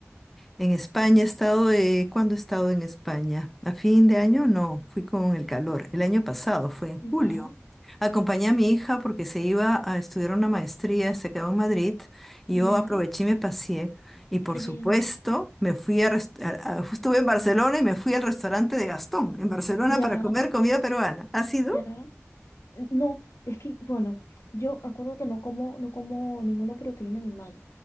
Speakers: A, in the centre; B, on the left.
A: en España he estado de... ¿Cuándo he estado en España? ¿A fin de año? No, fui con el calor. El año pasado, fue en julio.
B: ya,
A: Acompañé a mi hija porque se iba a estudiar una maestría, se quedó en Madrid y
B: ya,
A: yo aproveché y me paseé. Y por
B: qué
A: supuesto,
B: bien.
A: me fui a, rest- a- a- estuve en Barcelona y me fui al restaurante de Gastón en Barcelona
B: Ya,
A: para comer comida peruana. ¿Ha sido?
B: ya. No, es que, bueno, yo acuerdo que no como, no como ninguna proteína animal.